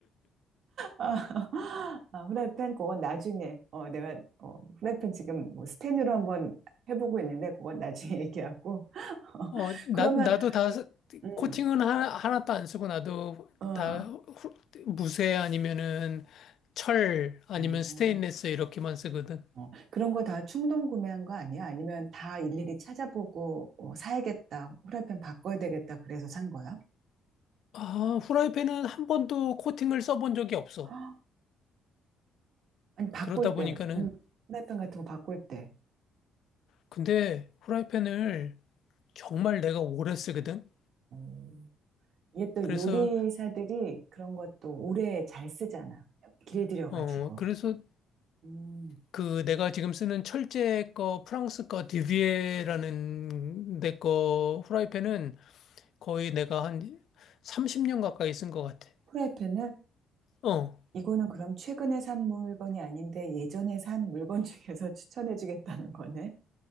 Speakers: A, on the right; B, on the left.
A: 아, <laughs> 아, 후라이팬 그건 나중에 어 내가 어 후라이팬 지금 뭐 스텐으로 한번 해보고 있는데 그건 나중에 <laughs> 얘기하고 <laughs>
B: 어, 나
A: 그러면
B: 나도 다
A: 음
B: 코팅은 하나, 하나도 안 쓰고 나도
A: 어.
B: 다 후- 무쇠 아니면은 철 아니면
A: 어.
B: 스테인리스 이렇게만 쓰거든.
A: 어, 그런 거 다 충동 구매한 거 아니야? 아니면 다 일일이 찾아보고 어, 사야겠다, 후라이팬 바꿔야 되겠다, 그래서 산 거야?
B: 아, 후라이팬은 한 번도 코팅을 써본 적이 없어.
A: <gasps> 헉, 아니, 바꿀
B: 그러다 보니까는,
A: 때, 음, 후라이팬 같은 거 바꿀 때.
B: 근데 후라이팬을 정말 내가 오래 쓰거든?
A: 음, 이게 또
B: 그래서,
A: 요리사들이 그런 것도 오래 잘 쓰잖아. 길들여가지고.
B: 어, 그래서
A: 음,
B: 그 내가 지금 쓰는 철제 거, 프랑스 거, 디비에라는 내거 후라이팬은 거의 내가 한 30년 가까이 쓴 것 같아.
A: 후라이팬을
B: 어.
A: 이거는 그럼 최근에 산 물건이 아닌데 예전에 산 물건 중에서 <laughs> 추천해주겠다는 거네.